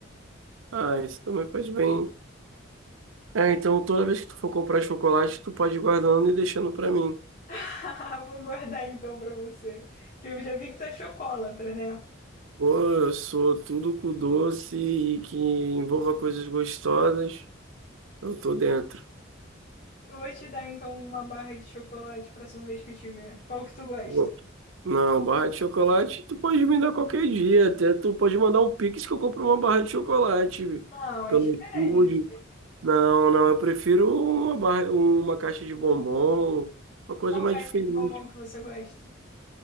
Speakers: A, on the right; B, on the left.
A: Ah, isso também faz bem. É, então toda vez que tu for comprar chocolate, tu pode ir guardando e deixando pra mim.
B: <laughs> Vou guardar então pra você, que eu já vi que tu é chocolatra, né?
A: Pô, eu sou tudo com doce e que envolva coisas gostosas. Eu tô dentro.
B: Eu vou te dar então uma barra de chocolate próxima vez que eu te ver. Qual que tu gosta?
A: Pô, Não, barra de chocolate, tu pode me dar qualquer dia. Até tu pode mandar um Pix que eu compro uma barra de chocolate
B: Não,
A: pelo
B: é diferente.
A: iFood. Não, não, eu prefiro uma barra, uma caixa de bombom, uma coisa
B: Qual
A: mais
B: caixa
A: diferente.
B: de bombom que você gosta?